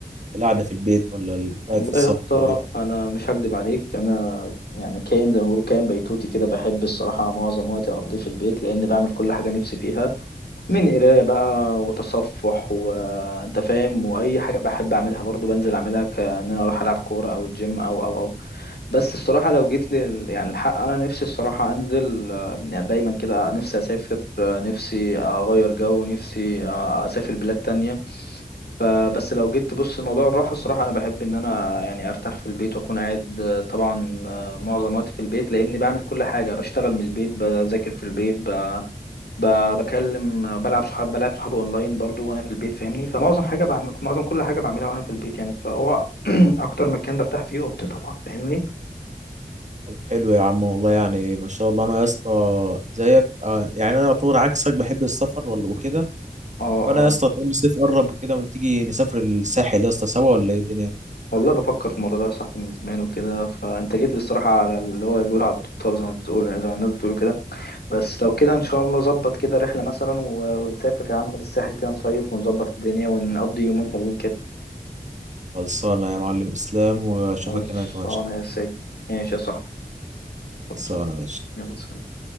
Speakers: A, on the right; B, on the left.
A: القعدة في البيت ولا ال-
B: <laughs> والله
A: رأيك في السفر
B: يا اسطى
A: ولا إيه؟
B: أنا مش هكدب عليك أنا يعني كائن زي ما بيقولوا كائن بيتوتي كده بحب الصراحة معظم وقتي أقضيه في البيت لأن بعمل كل حاجة نفسي فيها من قراية بقى وتصفح وأنت فاهم وأي حاجة بحب أعملها برضو بنزل أعملها كأن أنا أروح ألعب كورة أو الجيم أو أو أو بس الصراحة لو جيت لل يعني الحق أنا نفسي الصراحة أنزل آه، يعني دايما كده نفسي أسافر آه، نفسي أغير جو نفسي آه، أسافر بلاد تانية فبس لو جيت تبص لموضوع الراحة الصراحة أنا بحب إن أنا يعني أرتاح في البيت وأكون قاعد آه، طبعا آه، معظم وقتي في البيت لأني بعمل كل حاجة بشتغل من البيت بذاكر في البيت ب- ب- بكلم آه، بلعب صحاب بلعب صحابي أونلاين برضو وأنا في البيت فاهمني فمعظم حاجة بعمل معظم كل حاجة بعملها وأنا في البيت يعني فهو <clears throat> أكتر مكان برتاح فيه أوضتي طبعا فاهمني
A: طب حلو يا عم والله يعني ما شاء الله أنا يا اسطى زيك آه، يعني أنا يعتبر عكسك بحب السفر ولا وكده
B: اه
A: فانا يا
B: آه.
A: اسطى طالما الصيف قرب وكده ما تيجي نسافر الساحل يا اسطى سوا ولا ايه الدنيا
B: والله بفكر في الموضوع ده يا صاحبي من زمان وكده فانت جيت لي الصراحه على اللي هو بيقول على الطبطاب زي ما بتقول زي ما الناس بتقول كده بس لو كده ان شاء الله ظبط كده رحله مثلا و- ونسافر يا عم للساحل كده نصيف ونظبط الدنيا ونقضي يومين حلوين كده
A: خلصانه يا معلم اسلام واشوفك
B: خلصانه
A: هناك بقى إن شاء
B: يا سيدي ماشي يا صاحبي
A: الله.
B: خلصانه
A: خلصانه ماشي
B: يلا سلام.